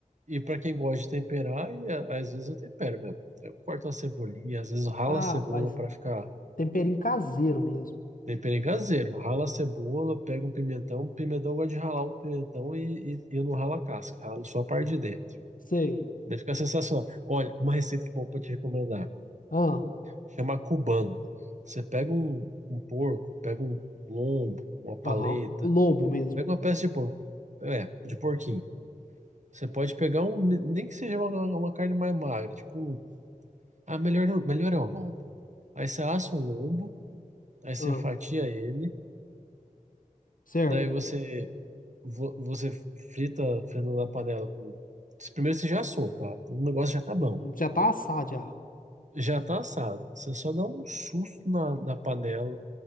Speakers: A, on the right; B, on the left.
A: e para quem gosta de temperar, e a- às vezes eu tempero mesmo. Eu corto uma cebolinha, às vezes eu ralo
B: Ah,
A: a cebola
B: faz
A: pra ficar
B: temperinho caseiro mesmo.
A: tempero caseiro. Rala a cebola, pega um pimentão. Pimentão eu gosto de ralar o pimentão e, e, e eu não ralo a casca, ralo só a parte de dentro.
B: Sei.
A: Daí fica sensacional. Olha, uma receita que eu vou te recomendar.
B: Ah,
A: Chama cubano. Você pega um, um porco, pega um lombo, uma paleta,
B: aham. O lombo mesmo.
A: pega uma peça de porco, é, de porquinho. Você pode pegar um, nem que seja uma, uma carne mais magra, tipo, um- ah, melhor, melhor é o lombo. Aí você assa um lombo, aí você
B: Ah,
A: fatia ele,
B: certo.
A: daí você vo- você frita, frita na panela com. Primeiro você já assou, tá? Então o negócio já tá bom.
B: Uhum. Já tá assado já.
A: Já tá assado. Você só dá um susto na, na panela,